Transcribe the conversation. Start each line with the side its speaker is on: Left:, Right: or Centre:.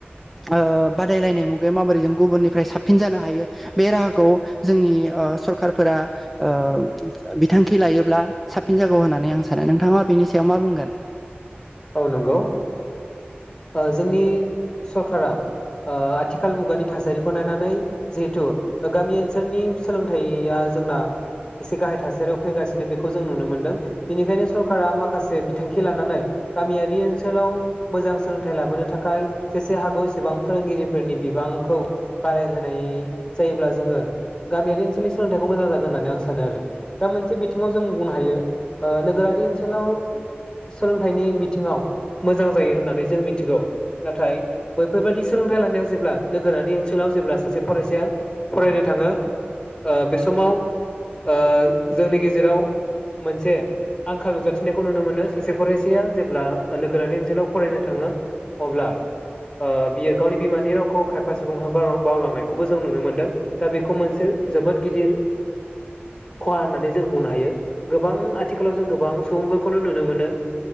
Centre: ओ बादायलायनाय मुगायाव माबोरै जों गुबुननिफ्राय साबसिन जानो हायो बे राहाखौ जोंनि ओ सरकारफोरा ओ बि बिद बिथांखि लायोब्ला साबसिन जागौ होननानै आं सानो नोंथाङा बेनि सायाव मा बुंगोन?
Left: औ नंगौ ओ जोंनि सरकारा आ आथिखाल मुगानि थासारिखौ नायनानै जिहेथु गामि ओनसोलनि सोलोंथाइया जोंना एसे गाहाय थासारियाव फैगासिनो बेखौ जों नुनो मोनदों बेनिखायनो सरकारा माखासे बिथांखि लानानै गामियारि ओनसोलाव मोजां सोलोंथाइ लाबोनो थाखाय जेसे हागौ एसेबां फोरोंगिरिफोरनि बिबांखौ बाराय होनाय जायोब्ला जोङो गामियारि ओनसोलनि सोलोंथाइखौ मोजां जागोन होननानै आं सानो आरो दा मोनसे बिथिङाव जों बुंनो हायो नोगोरारि ओनसोलाव सोलोंथाइनि थिङाव मोजां जायो होननानै जों मिथिगौ नाथाय बैफोरबायदि सोलोंथाइ लानायाव जेब्ला नोगोरारि ओनसोलाव जेब्ला सासे फरायसाया फरायनो थाङो ओ बे समाव ओ जोंनि गेजेराव मोनसे आंखाल नुजाथिनायखौ नुनो मोनो सासे फरायसाया जे ब्ला नोगोरारि ओनसोलाव फरायनो थाङो अब्ला आ बियो गावनि बिमानि रावखौ खायफा सुबुं बावलांनायखौबो जों नुनो मोनदों दा बेखौ मोनसे जोबोद गिदिर खहा होननानै जों बुंनो हायो गोबां आथिखालाव जों गोबां सुबुंफोरखौनो नुनो मोनो